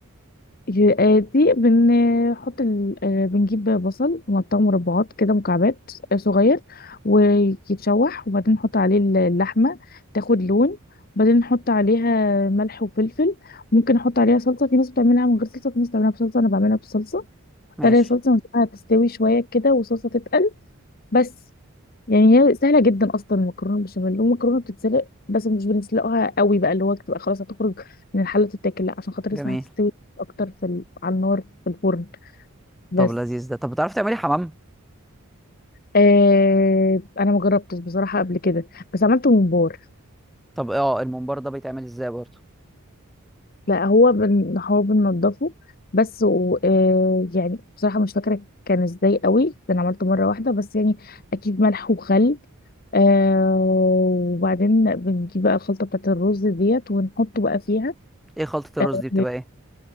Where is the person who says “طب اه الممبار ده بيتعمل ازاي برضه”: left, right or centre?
Centre